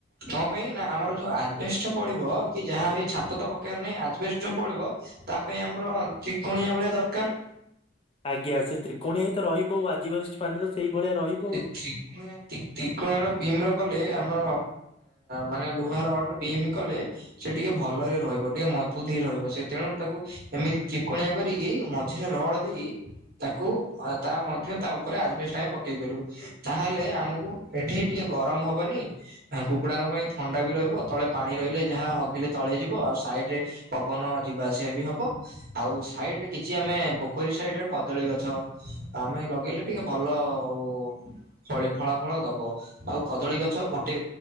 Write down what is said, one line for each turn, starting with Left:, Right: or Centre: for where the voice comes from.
Right: କଣ ପାଇଁ ନା ଆମର ଯୋଉ ଆଜ୍ ବେସ ଟା ପଡିବ କି ଯାହା ହ ଛାତ ତ ପକେଇବାର ନାହିଁ ଆଜବେଷ୍ଟ ଯୋଉ ପଡ଼ିବ ତା ପାଇଁ ଆମର ତ୍ରିକୋଣିଆ ଭଳିଆ ଦରକାର
Left: ଆଜ୍ଞା ସେ ତ୍ରିକୋଣଆ ହେଇ ତ ରହିବ ଆଉ ଆଜିିବାସ ମାନ ତ ସେଇଭଳିଆ ରହିବ ଆଉ
Right: ତ୍ରି କଣ ତ୍ରକୁୋଣ ର ବିମ ର କଲେ ଆମର ମାନେ ଲୁହା ରଡ଼ ବିମ କଲେ ସେ ଟିକେ ଭଲରେ ରହିବ ଟିକେ ମଜବୁତ ହେଇ ରହିବ ସେ ତେଣୁ ତାକୁ ଏମିତି ତ୍ରିକୋଣଆ କରିକି ମଝିରେ ରଡ଼ ଦେଇ ତାକୁ ତା ମଧ୍ୟ ତା ଉପରେ ଆଜବେଷ୍ଟ ଆମେ ପକେଇ ପାରିବୁ ତାହେଲେ ଆମକୁ ଏଠି ଟିକେ ଗରମ ହବନି କୁକୁଡ଼ାଙ୍କ ପାଇଁ ଥଣ୍ଡା ବି ରହିବ ତଳେ ପାଣି ରହିଲେ ଯାହା ହଗିଲେ ତଳେ ଯିବ ଆଉ ସାଇଡ ରେ ପବନ ଯିବା ଆସିବା ବି ହବ ଆଉ ସାଇଡ ରେ କିଛି ଆମେ ପୋଖରୀ ସାଇଡରେ କଦଳୀ ଗଛ ଆମେ ଲଗେଇଲେ ଟିକେ ଭଲ ଭଲ ଆଉ ଫଳି ଫଳା ଫଳ ଦବ ଆଉ କଦଳୀ ଗଛ ଗୋଟେ